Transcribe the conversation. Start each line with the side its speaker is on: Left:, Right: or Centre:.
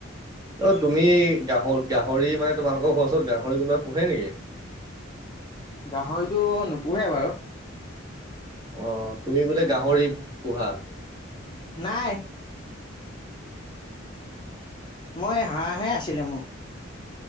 Right: অ তুমি গাহল গাহৰি মানে তোমালোকৰ ঘৰৰ ওচৰত গাহৰি কোনোবাই পোহে নেকি?
Left: গাহৰিটো নোপোহে বাৰু।
Right: অ', তুমি বোলে গাহৰি পোহা।
Left: নাই। মই হাঁহহে আছিলে মোৰ।